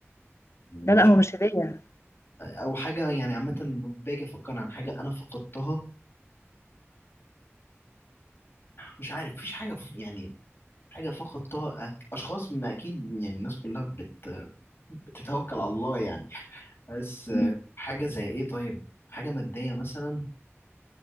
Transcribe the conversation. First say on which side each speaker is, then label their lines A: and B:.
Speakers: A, on the left (about 50°); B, on the left (about 70°).
A: مش
B: لا لا هو مش هدية
A: او حاجه يعني عامه باجي افكر عن حاجه انا فقدتها مش عارف مفيش حاجه ف- يعني حاجه فقدتها أك- اشخاص ما اكيد يعني الناس كلها بت بتتوكل على الله يعني بس آه،
B: مم.
A: حاجه زي ايه طيب حاجه ماديه مثلا